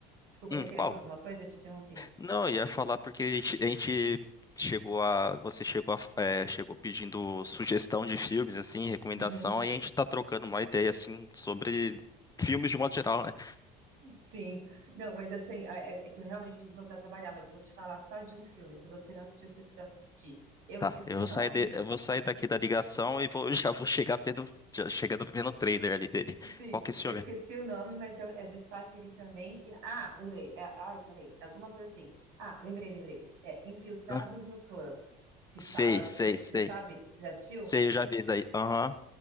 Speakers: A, on the right; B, on the left.
A: Desculpa,
B: Hum,
A: você queria
B: qual?
A: falar alguma coisa? Eu te interrompi.
B: Não, eu ia falar porque a gente, a gente chegou a. Você chegou a, é, chegou pedindo sugestão de filmes, assim, recomendação,
A: Uhum.
B: e a gente tá trocando uma ideia, assim, sobre filmes de modo geral, né?
A: Sim, não, mas assim, é, é que eu realmente preciso voltar a trabalhar, mas eu vou te falar só de um filme. Se você não assistiu, você precisa assistir. Eu
B: Tá,
A: esqueci
B: eu
A: o
B: vou
A: nome.
B: sair, de- eu vou sair daqui da ligação e vou, <laughs> já vou chegar vendo, já chegando vendo o trailer ali dele.
A: Sim,
B: Qual que é esse
A: eu
B: filme?
A: esqueci o nome, mas é, é do Spike Lee também. E- ah, lembrei. É, ai, peraí, é alguma coisa assim. Ah, lembrei, lembrei. É Infiltrados
B: Hã?
A: no Clã, que fala
B: sei,
A: sobre.
B: sei, sei.
A: Você sabe? Já assistiu?
B: Sei, eu já vi isso aí. Aham,